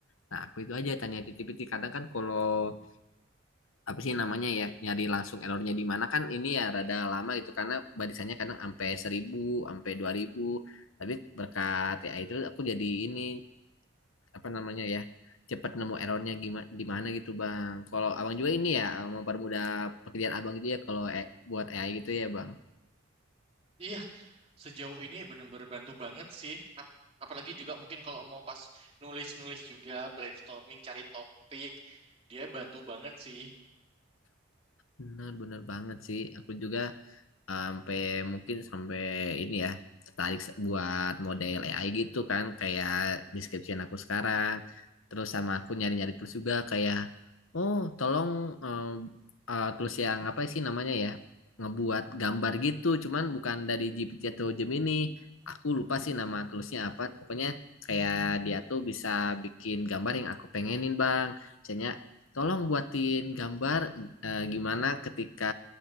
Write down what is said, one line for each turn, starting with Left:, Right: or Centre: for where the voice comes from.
Left: Nah, aku itu aja tanya titip-titip. Kadang kan kalau apa sih namanya ya nyari langsung errornya di mana kan ini ya rada lama gitu karena barisannya kadang sampai seribu sampai dua ribu Tapi berkat ya itu aku jadi ini apa namanya ya cepat nemu errornya gimana di mana gitu Bang. Kalau Abang juga ini ya mempermudah pekerjaan Abang gitu ya kalau eh, buat AI gitu ya Bang.
Right: Iya, Sejauh ini benar-benar bantu banget sih. Ap- Apalagi juga mungkin kalau mau pas nulis-nulis juga, brainstorming, cari topik, dia bantu banget sih.
Left: Benar, benar banget sih. Aku juga sampai mungkin sampai ini ya tertarik se- buat model AI gitu kan kayak description aku sekarang. Terus sama aku nyari-nyari terus juga kayak oh tolong em, eh, terus yang apa sih namanya ya ngebuat gambar gitu. Cuman bukan dari GPT atau Gemini. Aku lupa sih nama toolsnya apa. Pokoknya kayak dia tuh bisa bikin gambar yang aku pengenin bang. Misalnya tolong buatin gambar eh, gimana ketika